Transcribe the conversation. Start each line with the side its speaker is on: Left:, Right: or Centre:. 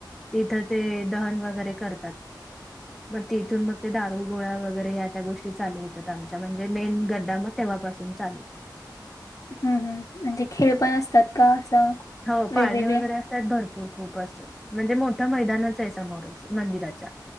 Centre: तिथं ते दहन वगैरे करतात. मग तिथून मग ते दारू गोळा वगैरे ह्या त्या गोष्टी चालू होतात. आमच्या म्हणजे मेन गद्दा म तेव्हापासून चालू.
Left: हुं हुं म्हणजे खेळ पण असतात का असं?
Centre: हो
Left: वेगवेगळे
Centre: पाळणे वगैरे असत्यात भरपूर खूप असतात, म्हणजे मोठ मैदानाच आहे समोर मंदिराच्या